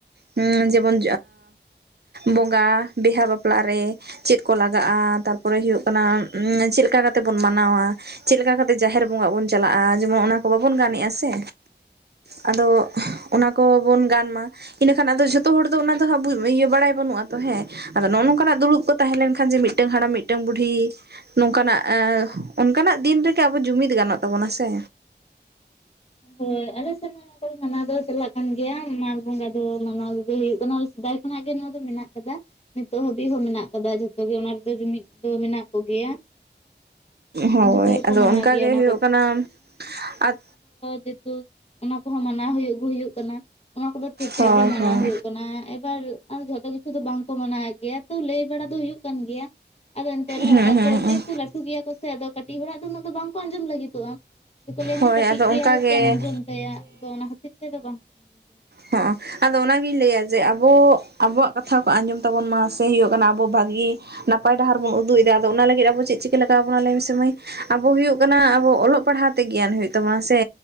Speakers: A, on the right (about 65°); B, on the left (about 35°).
A: ᱦᱩᱸ ᱡᱮᱢᱚᱱ ᱵᱚᱸᱜᱟ ᱵᱮᱦᱟ ᱵᱟᱯᱞᱟᱜ ᱨᱮ ᱪᱮᱫ ᱠᱚ ᱞᱟᱜᱟᱜᱼᱟ ᱛᱟᱨ ᱯᱚᱨᱮ ᱦᱩᱭᱩᱜ ᱠᱟᱱᱟ ᱪᱮᱫ ᱞᱮᱠᱟ ᱠᱟᱛᱮ ᱵᱚᱱ ᱢᱟᱱᱟᱣᱟ ᱪᱮᱫ ᱞᱮᱠᱟ ᱠᱟᱛᱮ ᱡᱟᱦᱮᱨ ᱵᱚᱸᱜᱟᱜ ᱵᱚᱱ ᱪᱟᱞᱟᱜᱼᱟ ᱡᱮᱢᱚᱱ ᱚᱱᱟ ᱵᱟᱵᱚᱱ ᱜᱟᱱᱮᱜᱼᱟ ᱥᱮ ᱟᱫᱚ ᱚᱱᱟ ᱠᱚᱵᱚᱱ ᱜᱟᱱ ᱢᱟ ᱤᱱᱟᱹᱠᱷᱟᱱ ᱟᱫᱚ ᱡᱷᱚᱛᱚ ᱦᱚᱲ ᱫᱚ ᱚᱱᱟ ᱫᱚ ᱦᱟᱸᱜ ᱵᱟᱲᱟᱭ ᱵᱟᱹᱱᱩᱜᱼᱟ ᱛᱚ ᱦᱮᱸ ᱟᱫᱚ ᱱᱚᱜᱼᱚ ᱱᱚᱝᱠᱟᱱᱟᱜ ᱫᱩᱲᱩᱵ ᱠᱚ ᱛᱟᱦᱮᱸ ᱞᱮᱱᱠᱷᱟᱱ ᱡᱮ ᱢᱤᱫᱴᱟᱝ ᱦᱟᱲᱟᱢ ᱢᱤᱫ ᱢᱤᱫᱴᱟᱝ ᱵᱩᱰᱦᱤ ᱱᱚᱝᱠᱟᱱᱟᱜ ᱚᱱᱠᱟᱱᱟᱜ ᱫᱤᱱ ᱨᱮᱜᱮ ᱟᱵᱚ ᱡᱩᱢᱤᱫ ᱜᱟᱱᱚᱜ ᱛᱟᱵᱚᱱᱟ ᱥᱮ
B: ᱦᱳᱭ ᱟᱞᱮ ᱥᱮᱱ ᱦᱚ ᱚᱱᱟ ᱫᱚ ᱢᱟᱱᱟᱣ ᱫᱚ ᱪᱟᱞᱟᱜ ᱠᱟᱱ ᱜᱮᱭᱟ ᱢᱟᱜᱽ ᱵᱚᱸᱜᱟ ᱫᱚ ᱢᱟᱱᱟᱣ ᱠᱚᱜᱮ ᱦᱩᱭᱩᱜ ᱠᱟᱱᱟ ᱥᱮᱫᱟᱭ ᱠᱷᱚᱱᱟᱜ ᱜᱮ ᱱᱚᱣᱟ ᱫᱚ ᱢᱮᱱᱟᱜ ᱠᱟᱫᱟ ᱱᱤᱛᱚᱜ ᱦᱟᱹᱵᱤᱡ ᱦᱚᱸ ᱢᱮᱱᱟᱜ ᱠᱟᱫᱟ ᱡᱚᱛᱚ ᱜᱮ ᱚᱱᱟ ᱨᱮᱫᱚ ᱡᱩᱢᱤᱫ ᱫᱚ ᱢᱮᱱᱟᱜ ᱠᱚᱜᱮᱭᱟ
A: ᱦᱳᱭ
B: ᱡᱚᱛᱚ ᱜᱮᱠᱚ
A: ᱟᱫᱚ
B: ᱢᱟᱱᱟᱣ
A: ᱚᱱᱠᱟ
B: ᱜᱮᱭᱟ
A: ᱜᱮ
B: ᱚᱱᱟ
A: ᱦᱩᱭᱩᱜ ᱠᱟᱱᱟ ᱟᱫ
B: ᱡᱮᱛᱩ ᱚᱱᱟ ᱠᱚᱦᱚᱸ ᱢᱟᱱᱟᱣ ᱦᱩᱭᱩᱜ ᱦᱩᱭᱩᱜ ᱠᱟᱱᱟ ᱚᱱᱟ ᱠᱚᱫᱚ ᱴᱷᱤᱠ ᱴᱷᱟᱠ
A: ᱦᱳᱭ
B: ᱜᱮ ᱢᱟᱱᱟᱣ
A: ᱦᱳᱭ
B: ᱦᱩᱭᱩᱜ ᱠᱟᱱᱟ ᱮᱵᱟᱨ ᱟᱨ ᱡᱷᱚᱛᱚ ᱠᱤᱪᱷᱩ ᱫᱚ ᱵᱟᱝᱠᱚ ᱢᱟᱱᱟᱣᱮᱫ ᱜᱮᱭᱟ ᱛᱚ ᱞᱟᱹᱭ ᱵᱟᱲᱟ ᱫᱚ ᱦᱩᱭᱩᱜ ᱠᱟᱱ ᱜᱮᱭᱟ ᱟᱫᱚ ᱮᱱᱛᱮ ᱨᱮᱦᱚᱸ
A: ᱦᱩᱸ
B: ᱛᱟᱛᱚ
A: ᱦᱩᱸ
B: ᱡᱮᱦᱮᱛᱩ ᱞᱟᱹᱴᱩ ᱜᱮᱭᱟ ᱠᱚ ᱥᱮ ᱟᱫᱚ ᱠᱟᱹᱴᱤᱡ ᱦᱚᱲᱟᱜ ᱫᱚ ᱩᱱᱟᱹᱜ ᱫᱚ ᱵᱟᱝᱠᱚ ᱟᱸᱡᱚᱢ ᱞᱟᱹᱜᱤᱫᱚᱜᱼᱟ ᱟᱠᱚ ᱞᱟᱹᱭᱟ
A: ᱦᱳᱭ
B: ᱠᱟᱹᱴᱤᱡ
A: ᱟᱫᱚ
B: ᱜᱮᱭᱟ
A: ᱚᱱᱠᱟᱜᱮ
B: ᱪᱮᱫ ᱮᱢ ᱟᱸᱡᱚᱢ ᱛᱟᱭᱟ ᱟ ᱚᱱᱟ ᱠᱷᱟᱹᱛᱤᱨ ᱛᱮᱫᱚ ᱵᱟᱝ <unintelligible>
A: ᱦᱚᱸᱜ ᱚ ᱟᱫᱚ ᱚᱱᱟᱜᱤᱧ ᱞᱟᱹᱭᱟ ᱡᱮ ᱟᱵᱚ ᱟᱵᱚᱣᱟᱜ ᱠᱟᱛᱷᱟ ᱠᱚ ᱟᱸᱡᱚᱢ ᱛᱟᱵᱚᱱ ᱢᱟ ᱥᱮ ᱦᱩᱭᱩᱜ ᱠᱟᱱᱟ ᱟᱵᱚ ᱵᱷᱟᱹᱜᱤ ᱱᱟᱯᱟᱭ ᱰᱟᱦᱟᱨ ᱵᱚᱱ ᱩᱫᱩᱜ ᱮᱫᱟ ᱟᱫᱚ ᱚᱱᱟ ᱞᱟᱹᱜᱤᱫ ᱟᱵᱚ ᱪᱮᱫ ᱪᱤᱠᱟ ᱞᱟᱜᱟᱣ ᱟᱵᱚᱱᱟ ᱞᱟᱹᱭ ᱢᱮᱥᱮ ᱢᱟᱹᱭ ᱟᱵᱚ ᱦᱩᱭᱩᱜ ᱠᱟᱱᱟ ᱟᱵᱚ ᱚᱞᱚᱜ ᱯᱟᱲᱦᱟᱣ ᱛᱮ ᱜᱮᱭᱟᱱ ᱦᱩᱭᱩᱜ ᱛᱟᱵᱚᱱᱟ ᱥᱮ